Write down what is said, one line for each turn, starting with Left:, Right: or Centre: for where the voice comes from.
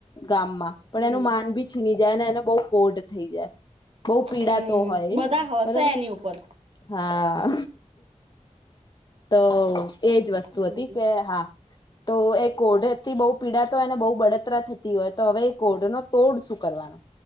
Left: ગામમાં
Right: હમ
Left: પણ એનું માન ભી છીની જાય એને બહુ કોડ થઈ જાય બઉ પીડા
Right: હમ
Left: તો હોય
Right: બધા
Left: બરોબર
Right: હશે એની ઉપર
Left: હા તો એજ વસ્તુ
Right: હમ
Left: હતી કે હા તો એ કોડથી બહુ પીડા તો એને બહુ બળતરા થતી હોય તો હવે કોડ ન તોડ શું કરવાનો